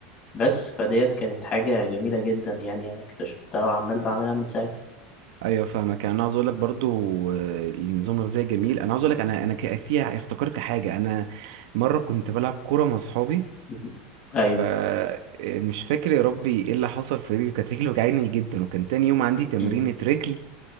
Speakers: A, on the left; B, on the right.
A: بس فديت كانت حاجة جميلة جدا يعني انا اكتشفتها وعمال بعملها من ساعتها
B: ايوه فاهمك يعني انا عاوز اقول لك برضو آه، النظام الغذائي جميل انا عاوز اقول لك انا انا ك- فيها افتكرت حاجه انا مره كنت بلعب كوره مع اصحابي
A: مهم. ايوه
B: فمش فاكر يا ربي ايه اللي حصل في رجلي كانت رجلي وجعاني جدا وكان تاني يوم عندي تمرينة
A: امم
B: رجل